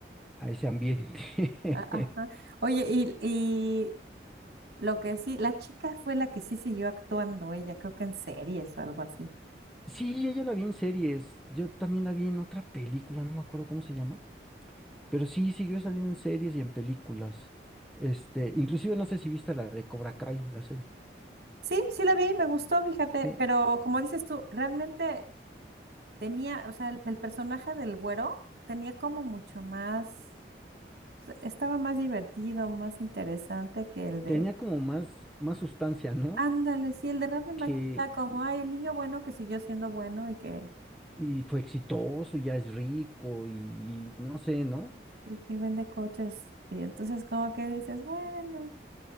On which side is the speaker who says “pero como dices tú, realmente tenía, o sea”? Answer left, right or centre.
Right